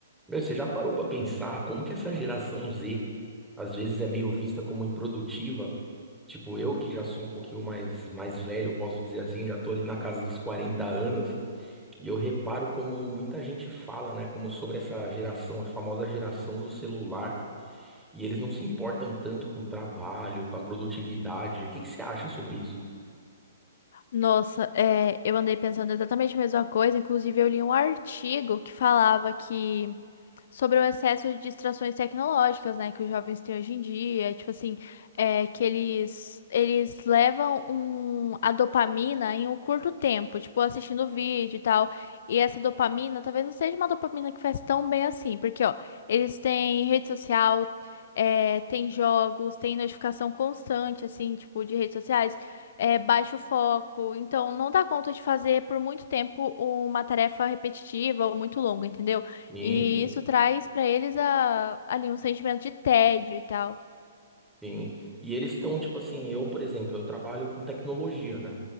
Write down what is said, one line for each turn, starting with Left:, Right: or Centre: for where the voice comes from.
Centre: Meu, você já parou pra pensar como que essa geração Z às vezes é meio vista como improdutiva? Tipo, eu que já sou um pouquinho mais mais velho, eu posso dizer assim, já tô ali na casa dos 40 anos, e eu reparo como muita gente fala, né, como sobre essa geração, a famosa geração do celular, e eles não se importam tanto com o trabalho, com a produtividade. O que que você acha sobre isso?
Left: Nossa, é, eu andei pensando exatamente a mesma coisa. Inclusive, eu li um artigo que falava que sobre o excesso de distrações tecnológicas, né, que os jovens têm hoje em dia, tipo assim, é, que eles eles levam um, a dopamina em um curto tempo, tipo assistindo vídeo e tal. E essa dopamina talvez não seja uma dopamina que faz tão bem assim, porque ó, eles têm rede social, é, tem jogos, tem notificação constante, assim, tipo, de redes sociais, é, baixo foco. Então, não dá conta de fazer por muito tempo uma tarefa repetitiva ou muito longa, entendeu?
Centre: Sim,
Left: E
Centre: sim.
Left: isso traz pra eles a- ali um sentimento de tédio e tal.
Centre: Sim. E eles estão, tipo assim, eu, por exemplo, eu trabalho com tecnologia, né?